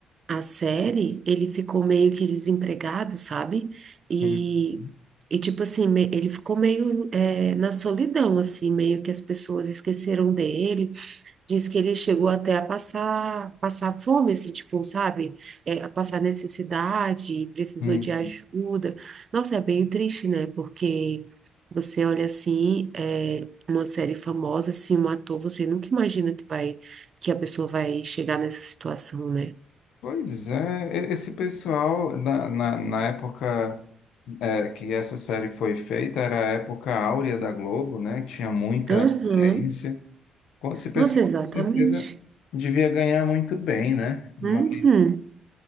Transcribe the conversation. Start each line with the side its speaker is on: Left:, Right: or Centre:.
Right: a série, ele ficou meio que desempregado, sabe? E,
Left: Hum, hum.
Right: e tipo assim, me- ele ficou meio é, na solidão, assim, meio que as pessoas esqueceram dele. Diz que ele chegou até a passar, passar fome, assim, tipo, sabe? É, a passar necessidade, precisou
Left: hum.
Right: de ajuda. Nossa, é bem triste, né? Porque você olha assim, é, uma série famosa, assim, um ator, você nunca imagina que vai, que a pessoa vai chegar nessa situação, né?
Left: Pois é, e- esse pessoal, na, na, na época é, que essa série foi feita, era a época áurea da Globo, né? Tinha muita
Right: Aham.
Left: audiência. Com esse pessoal,
Right: Nossa, exatamente.
Left: com certeza, devia ganhar muito bem, né? Mas,
Right: Uhum.